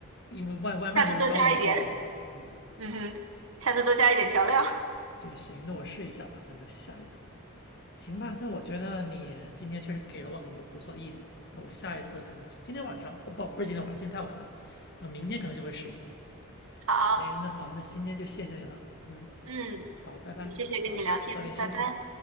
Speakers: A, on the left (about 50°); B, on the right (about 70°).
A: 因为外外卖就是高油高盐的。
B: 下次多加一点，
A: 嗯，
B: 嗯哼，下次多加一点调料，<laughs>
A: 对，行，那我试一下吧，反正下一次。行吧，那我觉得你今天确实给了我很多不错的意见。那我下一次可能今天晚上，哦不，不是今天晚上，今天太晚了，等明天可能就会试一下。
B: 好，
A: 行，那好，那今天就谢谢你了。嗯，
B: 嗯。
A: 好，拜拜，
B: 也谢谢跟你聊天，
A: 早早点休息。
B: 拜拜。